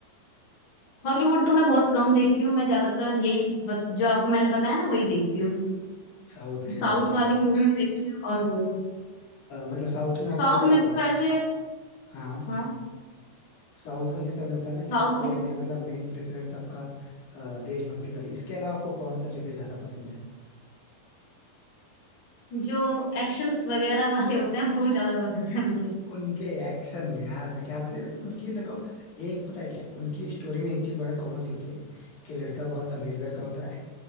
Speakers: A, on the left; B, on the left.
A: हॉलीवुड तो मैं बहुत कम देखती हूँ मैं ज्यादातर यही बत, जो आपको मैंने बताया ना वही देखती हूँ
B: साउथ की मूवीज
A: साउथ वाली मूवी में देखती हूँ और वो
B: मतलब साउथ में आपको
A: साउथ
B: अ,
A: में तो ऐसे
B: हाँ
A: हाँ
B: साउथ में जैसे आपने बताया ना
A: साउथ
B: कि आपको
A: में
B: वैसे
A: तो
B: मतलब मेन प्रेफरेंस आपका अ, देशभक्ति वाली इसके अलावा आपको कौन सा जॉनर ज्यादा पसंद है
A: जो एक्शंस वगैरह वाले होते हैं वो ज्यादा पसंद है मुझे
B: उनके एक्शन में यार मैं क्या वैसे उनकी देखो एक पता है क्या है? उनकी स्टोरी में एक चीज बड़ा कॉमन सी होती है कि लड़का बहुत अमीर घर का होता है